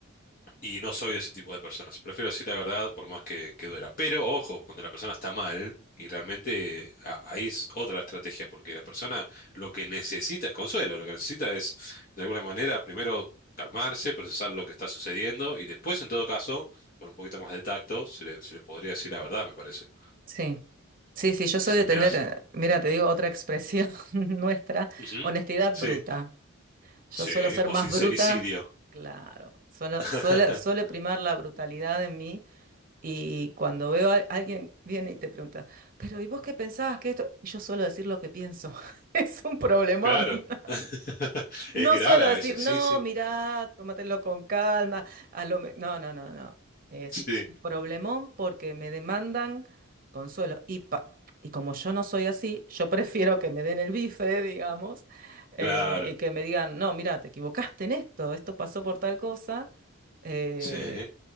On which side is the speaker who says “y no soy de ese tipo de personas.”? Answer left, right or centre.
Left